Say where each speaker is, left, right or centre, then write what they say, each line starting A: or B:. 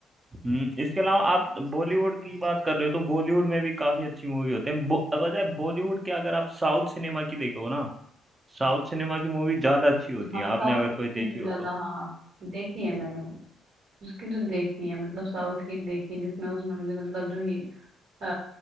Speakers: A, on the right; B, on the right.
A: हम्म इसके अलावा आप बॉलीवुड की बात कर रहे हो तो बॉलीवुड में भी काफी अच्छी मूवी होते हैं बो, अगर बॉलीवुड के अगर आप साउथ सिनेमा की देखो ना साउथ सिनेमा की मूवी ज्यादा अच्छी होती
B: हाँ
A: है आपने
B: साउथ
A: अगर कोई
B: में
A: देखी हो
B: ज्यादा
A: तो
B: हाँ देखी है मैंने उसकी तो देखी है मतलब साउथ की देखी जिसमें उसमें मुझे मतलब जो ही अ,